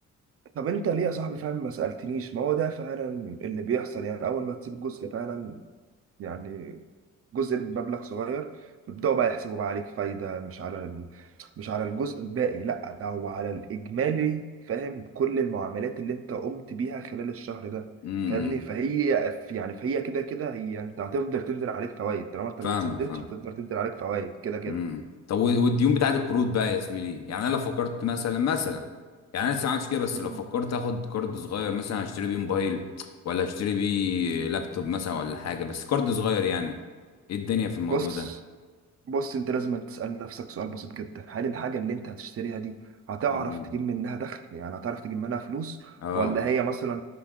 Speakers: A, on the right (about 50°); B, on the left (about 60°).
A: طب انت ليه يا صاحبي فاهم ما سألتنيش ما هو ده فعلا اللي بيحصل يعني اول ما تسيب جزء فعلا يعني جزء من مبلغ صغير بيبدأوا بقى يحسبوا بقى عليك فايدة مش على ال... مش على الجزء الباقي لا ده هو على الإجمالي فاهم كل المعاملات اللي انت قمت بيها خلال الشهر ده
B: امم
A: فاهمني فهي يعني فهي كده كده هي انت هتفضل تنزل عليك فوائد طالما انت
B: فاهمك
A: ما بتسددش
B: فاهم
A: هتفضل تنزل عليك فوائد كده كده
B: امم طب و- والديون بتاعت القروض بقى يا زميلي يعني انا لو فكرت مثلا مثلا يعني انا لسه ما عملتش كده بس
A: مم.
B: لو فكرت اخد كارد صغير مثلا اشتري بيه موبايل ولا اشتري بيه لابتوب مثلا ولا حاجه بس كارد صغير يعني ايه الدنيا في الموضوع
A: بص
B: ده
A: بص انت لازم تسأل نفسك سؤال بسيط جدا هل الحاجة اللي انت هتشتريها دي هتعرف
B: امم
A: تجيب منها دخل يعني هتعرف تجيب منها فلوس
B: اه
A: ولا هي مثلا